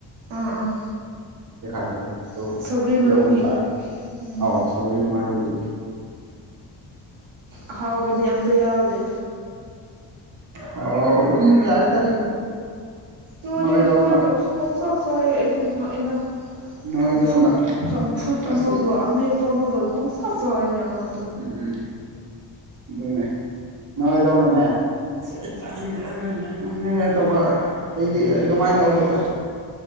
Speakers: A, on the right (about 75°); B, on the right (about 40°).
A: ꯑꯥ ꯑꯥ
B: ꯗꯦꯛ ꯍꯥꯏꯕꯗꯣ ꯑꯗꯨ
A: ꯁꯧꯒ꯭ꯔꯤ ꯃꯔꯨꯒꯤ
B: ꯁꯦ ꯑꯍꯨꯝ ꯆꯥꯏ
A: ꯎꯝ
B: ꯑꯥꯎ ꯁꯧꯔꯤ ꯃꯔꯨꯒꯤ
A: ꯑꯍꯥꯎꯕꯗꯤ ꯑꯝꯇ ꯌꯥꯎꯗꯦ
B: ꯍꯥꯎ ꯑꯗꯨꯝ ꯌꯥꯏꯗ ꯑꯩꯒꯤꯗꯤ
A: ꯇꯨꯅꯤ
B: ꯅꯣꯏꯗꯧꯅ
A: ꯑꯗꯨꯃꯥꯏ ꯇꯧꯁꯨ ꯄꯪꯆ ꯆꯥꯏꯌꯦ ꯑꯩꯗꯤ ꯉꯥꯛꯏꯗ
B: ꯅꯣꯏꯗꯧꯅ
A: ꯆꯝꯐꯨꯠ ꯆꯝꯐꯨꯠ
B: ꯑꯁꯤ
A: ꯑꯃꯒ ꯑꯃꯦꯠꯄ ꯑꯃꯒ ꯄꯪꯁꯥ ꯆꯥꯏꯅꯦ ꯑꯉꯛ
B: ꯎꯝ ꯑꯗꯨꯅꯦ ꯅꯣꯏꯗꯧꯅꯅꯦ ꯁꯤ ꯑꯩ ꯆꯥꯅꯤꯡꯗꯦ <unintelligible> ꯇꯧꯕ ꯑꯩꯗꯤ ꯑꯗꯨꯃꯥꯏ ꯇꯧꯗꯦꯗꯥ